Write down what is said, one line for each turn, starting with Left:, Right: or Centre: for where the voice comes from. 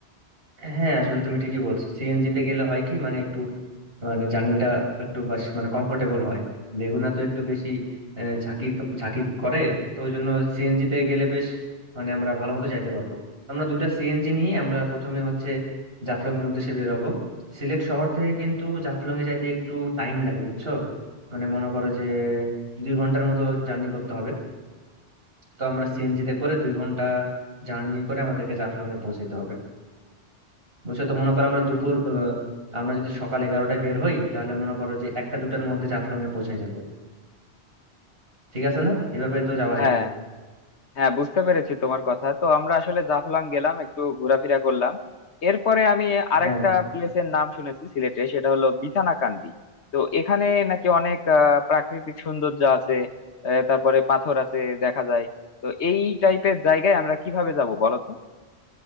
Right: হ্যাঁ আসলে তুমি ঠিকই বলছো সিএনজি তে গেলে হয় কি মানে একটু মানে জার্নিটা একটু বাস মানে কমফোর্টেবল হয় লেগুনা তো একটু বেশি আহ, ঝাঁকি ঝাঁকি করে তো ওই জন্য সিএনজি তে গেলে বেশ মানে আমরা ভালো মতো যাইতে পারবো আমরা দুটা সিএনজি নিয়ে আমরা প্রথমে হচ্ছে জাফলং এর উদ্দেশ্যে বের হবো সিলেট শহর থেকে কিন্তু জাফলং এ যাইতে একটু টাইম লাগে বুঝছো মানে মনে করো যে দুই ঘন্টার মতো জার্নি করতে হবে তো আমরা সিএনজি তে করে দুই ঘন্টা জার্নি করে আমাদেরকে জাফলং এ পৌঁছাইতে হবে বুঝছো তো মনে করো আমরা দুপুর আহ, আমরা যদি সকাল এগারোটায় বের হই তাহলে মনে করো যে একটা দুটার মধ্যে জাফলং এ পৌঁছে যাব ঠিক আছে না এভাবে তো যাওয়া
Left: হ্যাঁ
Right: যায়
Left: হ্যাঁ বুঝতে পেরেছি তোমার কথা তো আমরা আসলে জাফলং গেলাম একটু ঘোরাফেরা করলাম এরপরে আমি আরেকটা
Right: হ্যাঁ হ্যাঁ।
Left: প্লেসের নাম শুনেছি সিলেটে সেটা হলো বিছানাকান্দি তো এখানে নাকি অনেক আহ, প্রাকৃতিক সৌন্দর্য আছে আহ, তারপরে পাথর আছে দেখা যায় তো এই টাইপের জায়গায় আমরা কিভাবে যাব বলো তো